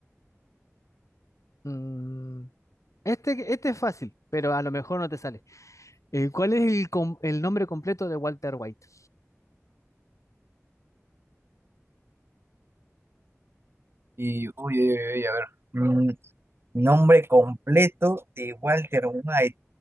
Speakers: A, on the left (about 75°); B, on the right (about 50°).
A: Mm, este, este es fácil, pero a lo mejor no te sale. Eh, ¿cuál es el, com- el nombre completo de Walter White?
B: Y, uy, uy, uy, a ver. mm, nombre completo de Walter White.